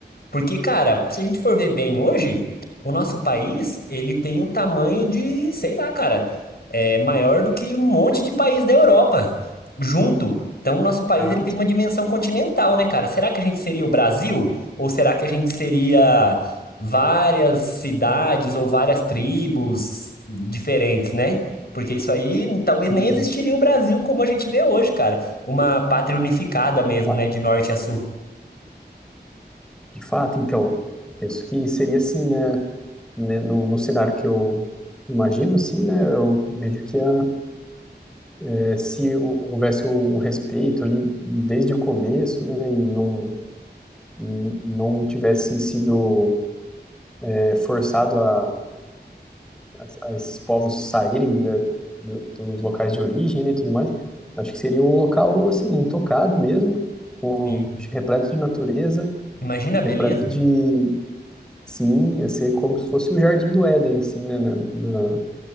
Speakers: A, on the left (about 65°); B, in the centre.
A: Porque, cara, se a gente for ver bem hoje, o nosso país, ele tem um tamanho de, sei lá, cara, é maior do que um monte de país da Europa junto. Então, o nosso país,
B: Exato.
A: ele tem uma dimensão continental, né, cara? Será que a gente seria o Brasil? Ou será que a gente seria várias cidades ou várias tribos diferentes, né? Porque isso aí, talvez
B: Sim,
A: nem existiria o Brasil como a gente vê hoje, cara. Uma pátria unificada mesmo,
B: de fato,
A: né, de norte a sul.
B: De fato, então, eu penso que seria assim, né, né, no, no cenário que eu imagino, assim, né, eu vejo que a, é, se hou- houvesse um respeito ali desde o começo, né, e não, n- não tivesse sido é, forçado a, a, a esses povos saírem né, do- dos locais de origem né, e tudo mais. Acho que seria um local assim intocado mesmo, com,
A: Sim.
B: repleto de natureza,
A: Imagina a beleza?
B: repleto de sim, ia ser como se fosse o Jardim do Éden assim, né, na, na-